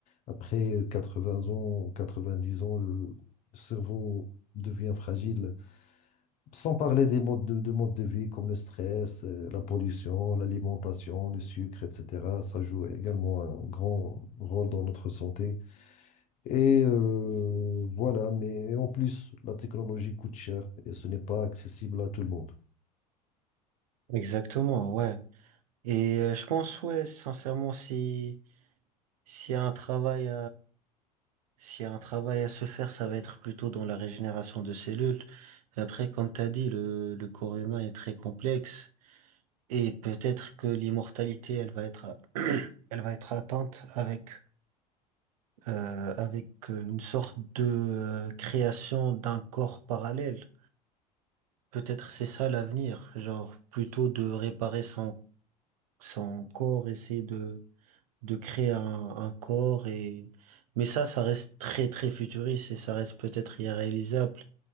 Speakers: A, on the left; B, on the right.
A: après 80 ans, 90 ans, le cerveau devient fragile. Sans parler des modes de, de modes de vie comme le stress, euh, la pollution, l'alimentation, le sucre, etc. Ça joue également un grand rôle dans notre santé. Et euh, voilà, mais en plus, la technologie coûte cher et ce n'est pas accessible à tout le monde.
B: Exactement, ouais. Et euh, je pense, ouais, sincèrement, si, s'il y a un travail S'il y a un travail à se faire, ça va être plutôt dans la régénération de cellules. Après, comme t'as dit, le, le corps humain est très complexe et peut-être que l'immortalité, elle va être, à- <clears throat> elle va être atteinte avec, euh, avec euh, une sorte de euh, création d'un corps parallèle. Peut-être c'est ça l'avenir, genre plutôt de réparer son, son corps, essayer de, de créer un, un corps et, mais ça, ça reste très très futuriste et ça reste peut-être irréalisable.